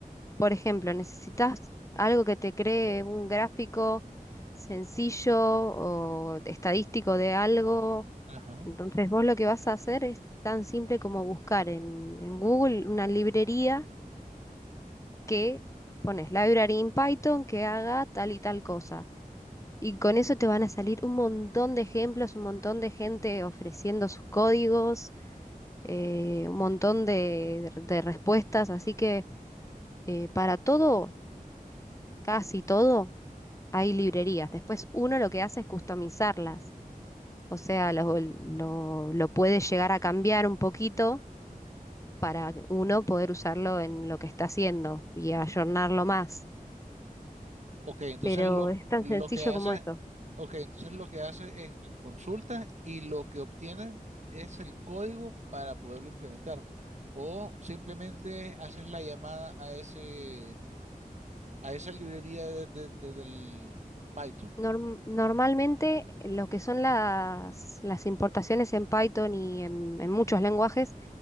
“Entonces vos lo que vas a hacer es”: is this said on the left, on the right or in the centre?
Left